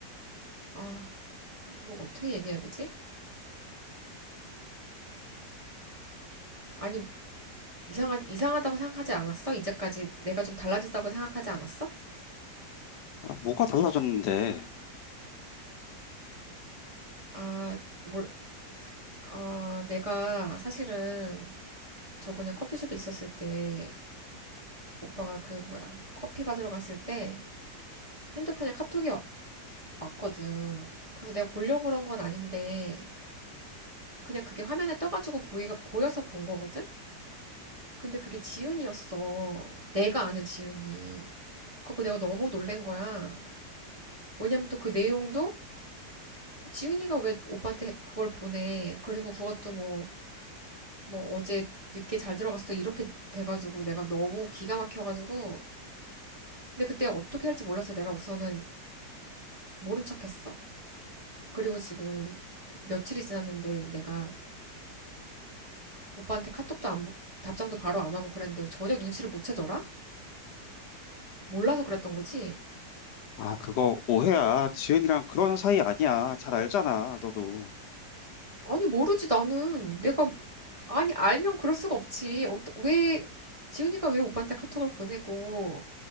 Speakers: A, on the right (about 25°); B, on the left (about 70°).
A: 아, 뭐 어떻게 얘기해야 되지? 아니, 이상하, 이상하다고 생각하지 않았어? 이제까지 내가 좀 달라지다고 생각하지 않았어?
B: 아, 뭐가 달라졌는데?
A: 아, 뭘, 아, 내가 사실은 저번에 커피숍에 있었을 때, 오빠가 그 뭐야, 커피 받으러 갔을 때, 핸드폰에 카톡이 와- 왔거든. 그래서 내가 보려고 그런 건 아닌데, 그냥 그게 화면에 떠가지고 보이, 보여서 본 거거든? 근데 그게 지은이었어. 내가 아는 지은이. 그래서 내가 너무 놀란 거야. 왜냐면 또 그 내용도 지은이가 왜 오빠한테 그걸 보내. 그리고 그것도 뭐, 뭐 어제 늦게 잘 들어갔어. 이렇게 돼가지고 내가 너무 기가 막혀가지고. 근데 그때 어떻게 할지 몰라서 내가 우선은 모른 척했어. 그리고 지금 며칠이 지났는데 내가 오빠한테 카톡도 안, 답장도 바로 안 하고 그랬는데 전혀 눈치를 못 채더라? 몰라서 그랬던 거지?
B: 아, 그거 오해야. 지은이랑 그런 사이 아니야. 잘 알잖아, 너도.
A: 아니, 모르지, 나는. 내가, 아니, 알면 그럴 수가 없지. 어떠, 왜, 지훈이가 왜 오빠한테 카톡을 보내고,